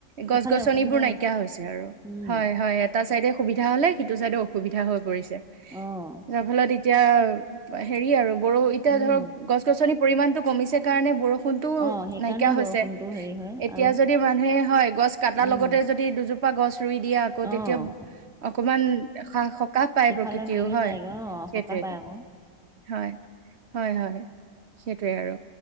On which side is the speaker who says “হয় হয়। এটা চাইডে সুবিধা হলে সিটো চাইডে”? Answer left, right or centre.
Right